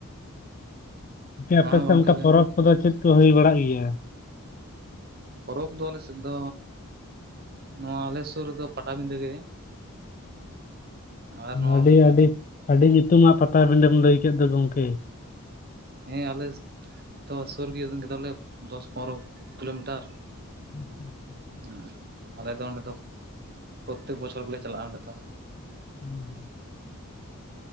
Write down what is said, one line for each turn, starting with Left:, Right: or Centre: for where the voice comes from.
Left: ᱟᱯᱮᱥᱮᱫ
Right: ᱦᱮᱸ ᱜᱚᱢᱠᱮ
Left: ᱚᱱᱠᱟ
Right: ᱞᱟᱹᱭ
Left: ᱯᱚᱨᱚᱵᱽ ᱠᱚᱫᱚ ᱪᱮᱫ ᱠᱚ ᱦᱩᱭ ᱵᱟᱲᱟᱜ ᱜᱮᱭᱟ?
Right: ᱯᱚᱨᱚᱵᱽ ᱫᱚ ᱟᱞᱮ ᱥᱮᱫ ᱫᱚ ᱱᱚᱣᱟ ᱟᱞᱮ ᱥᱩᱨ ᱨᱮᱫᱚ ᱯᱟᱴᱟᱵᱤᱫᱟᱹ ᱜᱮ᱾ ᱟᱨ ᱱᱚᱣᱟ
Left: ᱟᱹᱰᱤ ᱟᱹᱰᱤ ᱟᱹᱰᱤ ᱧᱩᱛᱩᱢᱟᱜ ᱯᱟᱴᱵᱤᱰᱟᱹᱢ ᱞᱟᱹᱭ ᱠᱮᱫ ᱫᱚ ᱜᱚᱢᱠᱮ᱾
Right: ᱦᱮᱸ ᱟᱞᱮ ᱛᱚ ᱥᱩᱨ ᱜᱮ ᱠᱮ ᱫᱟᱞᱮ ᱫᱚᱥ ᱯᱚᱱᱨᱚ ᱠᱤᱞᱳᱢᱤᱴᱟᱨ᱾
Left: <unintelligible>
Right: ᱦᱮᱸ ᱟᱞᱮ ᱫᱚ ᱚᱸᱰᱮ ᱫᱚ ᱯᱨᱚᱛᱮᱠ ᱵᱚᱪᱷᱚᱨ ᱜᱮᱞᱮ ᱪᱟᱞᱟᱜᱼᱟ, ᱚᱸᱰᱮ ᱫᱚ᱾
Left: <inaudible>